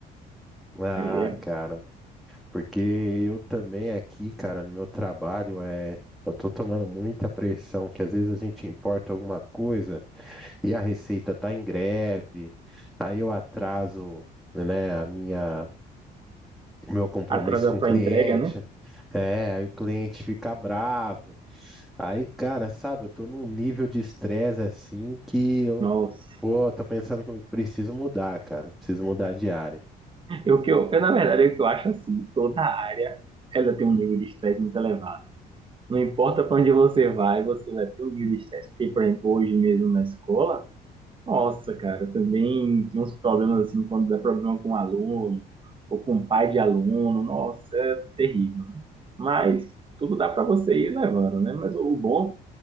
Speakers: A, in the centre; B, on the right.
A: Ah,
B: Aí é
A: cara. Porque eu também aqui, cara, no meu trabalho, é, eu tô tomando muita pressão, que às vezes a gente importa alguma coisa e a receita tá em greve, aí eu atraso, né, a minha, o meu compromisso
B: atrasar
A: com o
B: para
A: cliente,
B: entrega, né?
A: é, aí o cliente fica bravo. Aí, cara, sabe, eu tô num nível de estresse assim que eu,
B: Nossa.
A: pô, tô pensando que eu preciso mudar, cara, preciso mudar de área.
B: Eu, que eu, eu, na verdade, o que eu acho assim, toda área, ela tem um nível de estresse muito elevado. Não importa para onde você vai, você vai ter um nível de estresse. Porque, por exemplo, hoje mesmo na escola, Nossa, cara, também tem uns problemas assim, quando dá problema com um aluno, ou com um pai de aluno, nossa, é terrível. né? Mas tudo dá para você ir levando, né? Mas o o bom,